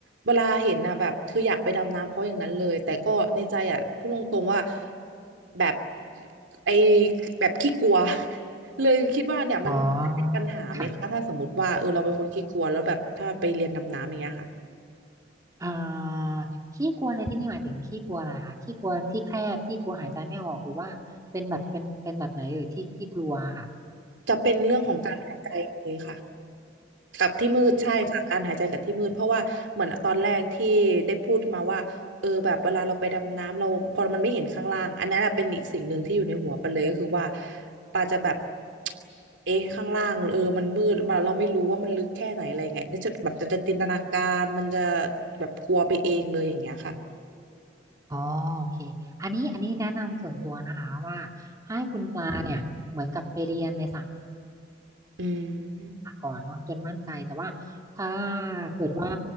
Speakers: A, on the right; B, on the right.
A: เวลาเห็นนะแบบคืออยากไปดำน้ำเพราะอย่างนั้นเลยแต่ก็ในใจอ่ะพูดตรงๆว่าแบบไอแบบขี้กลัว <laughs> เลยคิดว่าเนี่ยมันจะเป็นปัญหาไหมคะถ้าสมมติว่าเออเราเป็นคนขี้กลัวแล้วแบบถ้าไปเรียนดำน้ำอย่างเงี้ยค่ะ
B: อ๋อค่ะ อ่าขี้กลัวในที่นี่หมายถึงขี้กลัวอะไรคะขี้กลัวที่แคบที่กลัวหายใจไม่ออกหรือว่าเป็นแบบเป็นเป็นแบบไหนเอ่ยที่ที่กลัวค่ะ
A: จะเป็นเรื่องของการหายใจเลยค่ะ กับที่มืดใช่ค่ะการหายใจกับที่มืดเพราะว่าเหมือนตอนแรกที่ได้พูดมาว่าเออแบบเวลาเราไปดำน้ำเราพอมันไม่เห็นข้างล่างอันนั้นอะเป็นอีกสิ่งหนึ่งที่อยู่ในหัวไปาเลยก็คือว่าปาจะแบบเอ๊ะข้างล่างเออมันมืดมาเราไม่รู้ว่ามันลึกแค่ไหนอะไรไงเนี่ยจะแบบจะจินตนาการมันจะแบบกลัวไปเองเลยอย่างเงี้ยค่ะ
B: อ๋อโอเคอันนี้อันนี้แนะนำส่วนตัวนะคะว่าให้คุณปลาเนี่ยเหมือนกับไปเรียนในสา
A: อืม
B: ก่อนเนาะจนมั่นใจแต่ว่าถ้าเกิดว่า